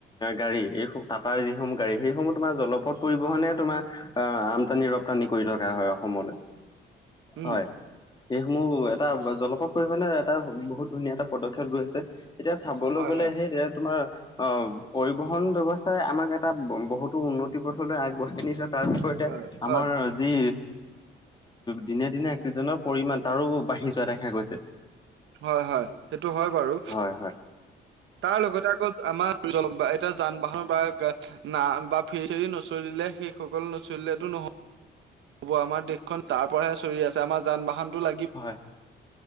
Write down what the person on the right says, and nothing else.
উম
হয়
হয়
হয়
হয়
হয়, হয়, সেইটো হয় বাৰু।
তাৰ লগতে আকৌ আমাৰ এতিয়া যান বাহন বা না বা ফে ফেৰী নচলিলে সেই। সকল নচলিলেতো নহ হ'ব আমাৰ দেশখন তাৰ পৰাহে চলি আছে, আমাৰ যান বাহনতটো লাগিব।